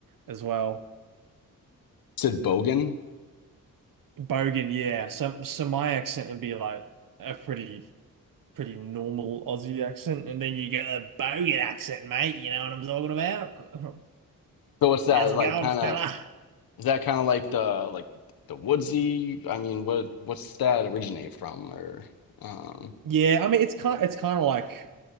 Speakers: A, on the right; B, on the left.
A: as well.
B: said Bogan.
A: Bogan, yeah. So so my accent would be like a pretty pretty normal Aussie accent, and then you get a Bogan accent, mate. You know what I'm talking about? <laughs>
B: So what's that
A: How's it
B: like?
A: going,
B: Kind
A: fella?
B: of is that kind of like the like the woodsy? I mean, what what's that originate from? Or um,
A: Yeah, I mean it's kind it's kind of like